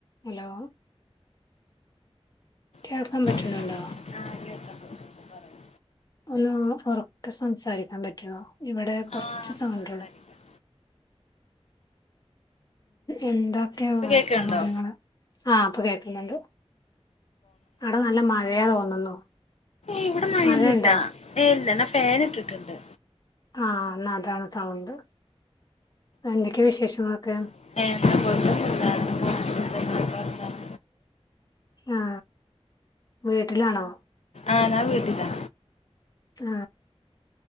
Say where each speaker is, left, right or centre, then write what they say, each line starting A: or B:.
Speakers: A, on the left (about 35°); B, on the left (about 75°).
A: Hello കേൾക്കാൻ
B: പറയൂ
A: പറ്റണണ്ടോ
B: ആ കേൾക്കാം കേൾക്കാം പറയൂ
A: അ ഉറക്കെ സംസാരിക്കാൻ പറ്റുവോ ഇവിടെ കൊറച്ച്
B: ആ
A: സൗണ്ട്
B: സംസാരിക്കാം
A: ണ്ട് എന്തൊക്കെയ
B: ഇപ്പൊ
A: വർത്തമാനങ്ങള്
B: കേക്ക്ണ്ടോ
A: ആ ഇപ്പൊ കേൾക്കുന്നുണ്ട് അവിടെ നല്ല മഴയാ തോന്നുന്നു
B: ഇവിടെ മഴൊന്നുല്ല
A: മഴയുണ്ടോ
B: <unintelligible> ഫാൻ ഇട്ടിട്ടുണ്ട്
A: ആ എന്നതാണ് സൗണ്ട് എന്തൊക്കെയ വിശേഷങ്ങളൊക്കെ
B: <unintelligible> ഇങ്ങളൊക്കെ വർത്താനം
A: ആ വീട്ടിലാണോ
B: ആഹ് ഞാൻ വീട്ടിലാ
A: ആ